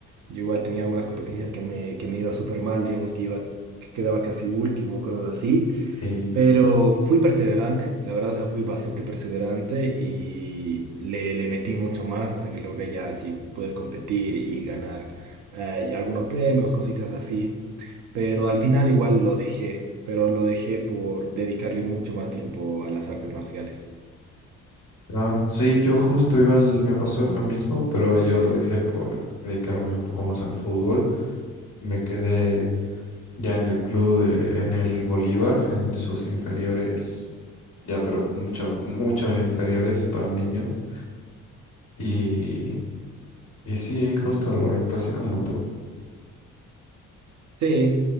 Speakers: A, on the right; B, on the left.
A: yo igual tenía algunas competencias que me, que me iba súper mal, digamos, que iba, que quedaba casi último, cosas así,
B: Sí,
A: Pero fui perseverante, la verdad, o sea, fui bastante perseverante y le, le metí mucho más hasta que logré ya así poder competir y ganar eh, y algunos premios, cositas así. Pero al final igual lo dejé, pero lo dejé por dedicarle mucho más tiempo a las artes marciales.
B: claro. Sí, yo justo igual me pasó lo mismo, pero yo lo dejé por dedicarme un poco más al fútbol. Me quedé ya en el club de, en el Bolívar, en sus inferiores, ya pero mucho, mucho inferiores para niños. Y, y sí, ahí justo lo reemplacé como tú.
A: Sí,